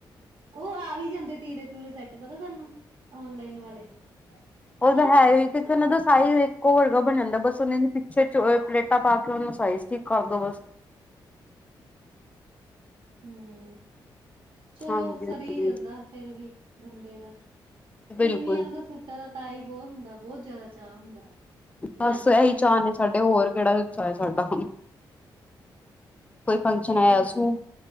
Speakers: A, on the right; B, on the left.
A: ਉਹ ਆ ਵੀ ਜਾਂਦੇ ਤੀਰੇ ਤੂਰੇ ਸੈੱਟ ਪਤਾ ਤੁਹਾਨੂੰ, ਓਨਲਾਈਨ ਵਾਲੇ।
B: ਉਹਦਾ
A: ਹਨਾ
B: ਹੈ ਹੀ ਕਿਥੇ, ਉਹਨਾਂ ਦਾ ਸਾਈਜ਼ ਇੱਕੋ ਵਰਗਾ ਬਣਨ ਦਾ। ਬਸ ਉਹਨਾਂ ਦੇ ਪਿੱਛੇ ਚੋੜੇ ਪਲੇਟ ਤਾ ਪਾ ਕੇ ਉਹਨੂੰ ਸਈਜ਼ ਠੀਕ ਕਰਦੋ ਬਸ।
A: ਹੁਂ। ਚਲੋ
B: ਹਾਂਜੀ ਹਾਂਜੀ
A: ਸਰੀ ਜਾਂਦਾ ਫੇਰ ਵੀ, ਬੰਦੇ ਦਾ।
B: ਬਿਲਕੁਲ
A: ਤੀਵੀਆਂ ਨੂੰ ਤਾਂ ਸੁੂਟਾਂ ਦਾ ਤਾ ਹੀ ਬਹੁਤ ਹੁੰਦਾ। ਬਹੁਤ ਜ਼ਿਆਦਾ ਚਾਅ ਹੁੰਦਾ।
B: ਬਸ
A: ਰੱਜਦੀਆਂ
B: ਇਹੀ
A: ਹੀ ਨੀ
B: ਚਾਹਅ
A: ਸੂਟਾਂ
B: ਨੇ ਸਾਡੇ।
A: ਨਾਲ
B: ਹੋਰ ਕਿਹੜਾ ਕੋਈ ਚਾਹ ਹੈ ਸਾਡਾ। ਕੋਈ
A: ਹੂੰ
B: ਫੰਕਸ਼ਨ
A: ਇਹ
B: ਆਇਆ
A: ਤਾਂ ਹੈ।
B: ਸੂ